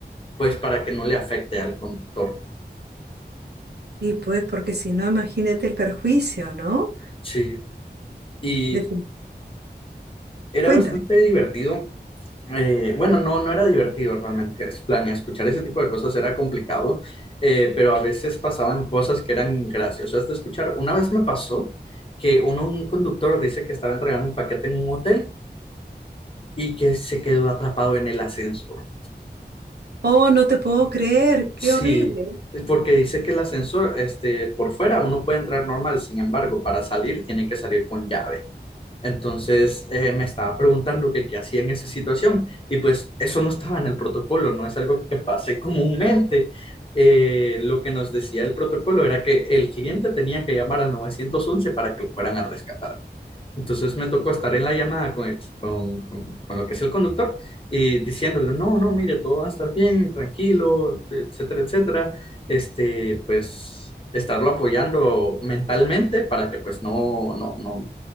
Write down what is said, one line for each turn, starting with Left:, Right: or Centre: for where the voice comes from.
Left: pues para que no le afecte al conductor.
Right: Y pues, porque si no, imagínate el perjuicio, ¿no?
Left: Sí. Y
Right: Defin-
Left: era
Right: Cuéntame.
Left: bastante divertido Eh, bueno, no, no era divertido realmente. Es plan, escuchar ese tipo de cosas era complicado, eh, pero a veces pasaban cosas que eran graciosas de escuchar. Una vez me pasó que uno, un conductor dice que estaba entregando un paquete en un hotel y que se quedó atrapado en el ascensor.
Right: Oh, no te puedo creer, qué
Left: Sí,
Right: horrible.
Left: porque dice que el ascensor, este, por fuera uno puede entrar normal, sin embargo, para salir tiene que salir con llave. Entonces eh, me estaba preguntando que qué hacía en esa situación y pues eso no estaba en el protocolo, no es algo que pase comúnmente. Eh, lo que nos decía el protocolo era que el cliente tenía que llamar al nueve once para que lo fueran a rescatar. Entonces me tocó estar en la llamada con, el- con, con- con lo que es el conductor y diciéndole, no, no, mire, todo va a estar bien, tranquilo, etcétera, etcétera. Este, pues, estarlo apoyando mentalmente para que pues no, no, no,